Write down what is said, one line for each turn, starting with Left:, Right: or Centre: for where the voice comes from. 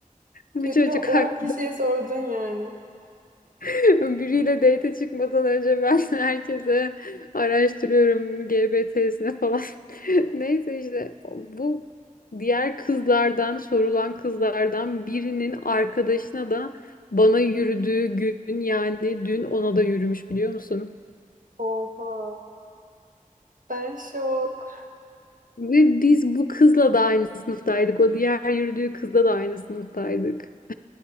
Left: Bu
Right: çocuğu
Left: çocuk
Right: 10
Left: hakkında
Right: kişiye sordun yani.
Left: <laughs> Biriyle date çıkmadan önce ben <laughs> herkese araştırıyorum GBT'sine falan. <laughs> Neyse işte bu diğer kızlardan sorulan kızlardan birinin arkadaşına da bana yürüdüğü gün yani dün ona da yürümüş biliyor musun?
Right: Oha. Ben şok.
Left: Ve biz bu kızla da aynı sınıftaydık. O diğer yürüdüğü kızla da aynı sınıftaydık.